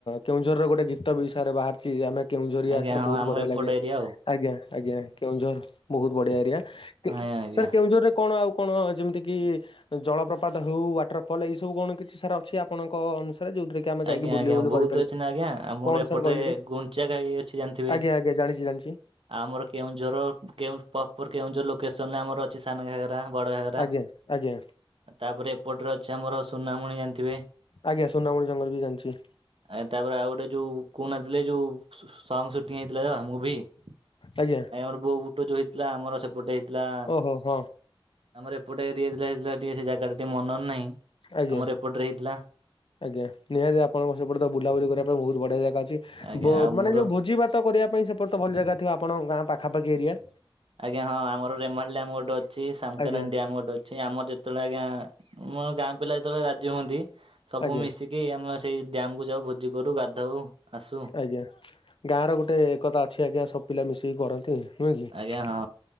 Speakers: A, on the left; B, on the right.
A: କେଉଁଝର୍ ରେ ଗୋଟେ ଗୀତ ବି ସାରେ ବାହାରିଚି ଆମେ କେଉଁଝରିଆ
B: ଆଜ୍ଞା
A: ସେଇଟା
B: ହଁ
A: ବହୁତୁ
B: ଆମ
A: ବଢିଆ
B: ଏପଟ
A: ଲାଗେ।
B: ଏରିଆ ଆଉ।
A: ଆଜ୍ଞା ଆଜ୍ଞା କେଉଁଝର୍ ବହୁତୁ ବଢିଆ ଏରିଆ କେ
B: ହଁ ଆଜ୍ଞା
A: ସାର୍ କେଉଁଝର୍ ରେ କଣ ଆଉ କଣ ଯେମିତି କି ଜଳପ୍ରପାତ ହଉ ୱାଟର ଫଲ୍ ଏଇ ସବୁ କଣ କିଛି ସାରା ଅଛି ଆପଣଙ୍କ ଅନୁସାରେ ଯୋଉଥିରେ କି ଆମେ ଯାଇକି
B: ଆଜ୍ଞା
A: ବୁଲି
B: ଆଜ୍ଞା
A: ବୁଲି
B: ବହୁତ୍
A: କରିପାରିବୁ।
B: ଅଛି ନା ଆଜ୍ଞା ଆମର
A: କଣ
B: ଏପଟେ
A: ସାର୍ କହିଲେ ଟିକେ
B: ଗୁଣ୍ଡିଚା ଖାଇ ଅଛି ଜାଣିଥିବେ?
A: ଆଜ୍ଞା ଆଜ୍ଞା ଜାଣିଛି ଜାଣିଛି
B: ଆମର କେଉଁଝର କେଉଁ ପ୍ରପର୍ କେଉଁଝର୍ ଲୋକେସନରେ ଆମର ଅଛି ସାନ ଘାଗେରା ବଡ଼ ଘାଗେରା
A: ଆଜ୍ଞା ଆଜ୍ଞା
B: ତାପରେ ଏପଟରେ ଅଛି ଆମର ସୁନାମୁଣି ଜାଣିଥିବେ?
A: ଆଜ୍ଞା ସୁନାମଣି ଜଙ୍ଗଲ୍ ବି ଜାଣିଚି।
B: ଆୟାଁ ତାପରେ ଆଉ ଗୋଟେ ଯୋଉ କହୁନାଥିଲି ଯୋଉ ସୁ ସଙ୍ଗ ସୁଟିଂ ହେଇଥିଲା ଜା ମୁଭି ଆ
A: ଆଜ୍ଞା।
B: ଆମର ବୋଉ ବୁଟ ଯୋଉ ହେଇଥିଲା ଆମର ସେପଟେ ହେଇଥିଲା।
A: ଓହୋ ହଁ
B: ଆମର ଏପଟେ ଏରିଆ <unintelligible> ଟିକେ ସେ ଜାଗା ଟା ଟିକେ ମନର୍ ନାହିଁ।
A: ଆଜ୍ଞା
B: ଆମର ଏପଟରେ ହେଇଥିଲା
A: ଆଜ୍ଞା ନିହାତି ଆପଣଙ୍କ ସେପଟେ ତ ବୁଲାବୁଲି କରିବା ପାଇଁ ବହୁତୁ ବଢିଆ ଜାଗା ଅଛି।
B: ଆଜ୍ଞା
A: ବମାନେ
B: ଆଉ ମୋର
A: ଯେଉଁ ଭୋଜିଭାତ କରିବା ପାଇଁ ସେପଟ ତ ଭଲ ଜାଗା ଥିବ ଆପଣଙ୍କ ଗାଁ ପାଖାପାଖି ଏରିଆ।
B: ଆଜ୍ଞା ହଁ ଆମ ରେମାଲ୍ ଡ୍ୟାମ୍ ଗୋଟେ ଅଛି ସାମ୍କାନେ
A: ଆଜ୍ଞା
B: ଇଣ୍ଡିଆ ଗୋଟେ ଅଛି ଆମର୍ ଜେ ତଳେ ଆଜ୍ଞା ଆମ ଗାଁ ପିଲା ଯେତେବେଳେ ରାଜି ହୁଅନ୍ତି ସବୁ
A: ଆଜ୍ଞା
B: ମିଶିକି ଆମ ସେଇ ଡ୍ୟାମ କୁ ଯାଉ ଭୋଜି କରୁ ଗାଧଉ ଆସୁ।
A: ଆଜ୍ଞା ଗାଁ ର ଗୋଟେ ଏକତା ଅଛି ଆଜ୍ଞା ସବ୍ ପିଲା ମିଶିକି କରନ୍ତି ନୁହେଁ କି?
B: ଆଜ୍ଞା ହଁ